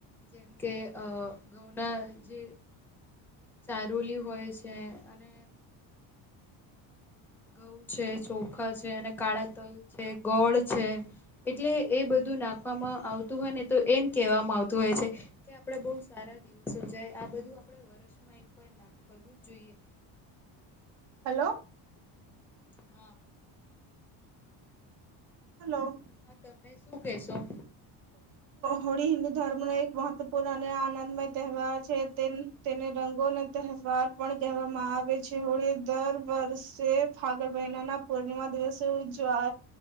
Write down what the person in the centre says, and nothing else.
જેમ કે અ ઘઉંના જે. ચારોલી હોય છે અને. ઘઉં છે ચોખા છે અને કાળા તલ છે ગોળ છે. એટલે એ બધું નાખવામાં આવતું હોય ને તો એમ કેહેવામાં આવતું હોય છે. કે આપણેે બહુ સારા દિવસો જાય આ બધું આપડે વર્ષમાં એકવાર લાભ કરવું જ જોઈએ.
હા.
<unintelligible> શું કેશો.